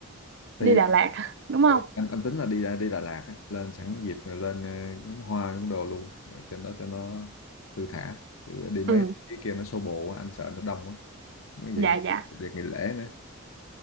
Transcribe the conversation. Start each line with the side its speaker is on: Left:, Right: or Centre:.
Left: Thì
Right: đi Đà Lạt hả? đúng không
Left: ờ, anh anh tính là đi đi Đà Lạt á, lên sẵn dịp rồi lên ờ, ngắm hoa ngắm đồ luôn Ờ, trên đó cho nó thư thả. Chứ đi mấy
Right: ừ
Left: cái kia nó xô bồ quá, anh sợ nó đông quá. Mấy
Right: dạ
Left: vậy
Right: dạ
Left: việc nghỉ lễ nữa.